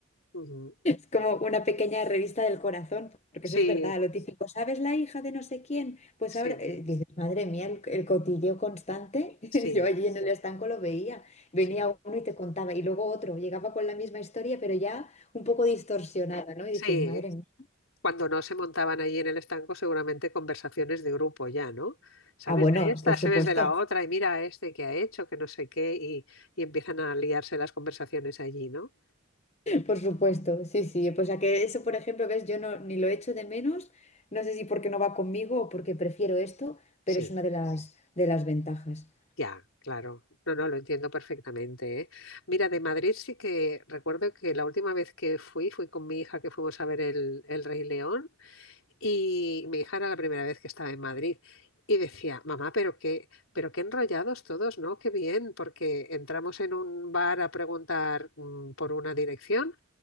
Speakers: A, on the left (about 75°); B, on the left (about 30°).
A: Ujú.
B: Es como una pequeña revista del corazón, porque
A: Sí,
B: eso es verdad, lo típico, ¿sabes la hija de no sé quién? Pues
A: sí,
B: ahora, eh, dices, madre mía, el, el cotilleo constante, <laughs>
A: sí,
B: yo allí en el estanco lo veía, venía
A: sí,
B: uno y te contaba, y luego otro, llegaba con la misma historia, pero ya un poco distorsionada, ¿no? Y
A: sí,
B: dices, madre mía.
A: cuando no se montaban allí en el estanco, seguramente conversaciones de grupo ya, ¿no? ¿Sabes
B: Ah, bueno,
A: de esta?
B: por
A: ¿Sabes
B: supuesto,
A: de la otra? Y mira a este que ha hecho, que no sé qué, y, y empiezan a liarse las conversaciones allí, ¿no?
B: <laughs> por supuesto, sí, sí,
A: Sí.
B: pues a que eso, por ejemplo, ves, yo no, ni lo echo de menos, no sé si porque no va conmigo o porque prefiero esto, pero
A: Sí,
B: es una de las, de las ventajas.
A: ya, claro. No, no, lo entiendo perfectamente, ¿eh? Mira, de Madrid sí que recuerdo que la última vez que fui, fui con mi hija que fuimos a ver el, el Rey León Y mi hija era la primera vez que estaba en Madrid y decía, mamá, pero qué, pero qué enrollados todos, ¿no? Qué bien, porque entramos en un bar a preguntar mm, por una dirección